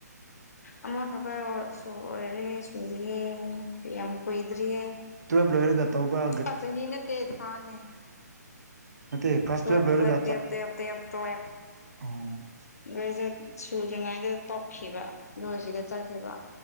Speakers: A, on the left; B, on the right.
A: ꯑꯃ ꯈꯛꯇ ꯁꯨꯔꯔꯦ ꯁꯨꯗ꯭ꯔꯤꯌꯦ ꯌꯥꯝ ꯀꯨꯏꯗ꯭ꯔꯤꯌꯦ
B: ꯇꯨꯋꯦꯞ ꯂꯣꯏꯔꯒ ꯇꯧꯕ꯭ꯔ
A: ꯑ ꯆꯍꯤ ꯅꯦꯠꯇꯦ ꯊꯥꯅꯦ
B: ꯅꯠꯇꯦ ꯀ꯭ꯂꯥꯁ
A: ꯇꯨꯋꯦꯞ
B: ꯇꯨꯌꯦꯜꯞ ꯂꯣꯏꯔꯒ
A: ꯇꯨꯋꯦꯞ ꯇꯦꯞ
B: ꯆ
A: ꯇꯦꯞ ꯇꯦꯞ ꯇꯨꯋꯦꯞ
B: ꯑꯣ
A: ꯒ꯭ꯔꯦꯖꯨꯋꯦꯠ ꯁꯨꯗ꯭ꯔꯤꯉꯩꯗ ꯇꯣꯛꯈꯤꯕ ꯑꯗꯨꯒ ꯁꯤꯗ ꯆꯠꯈꯤꯕ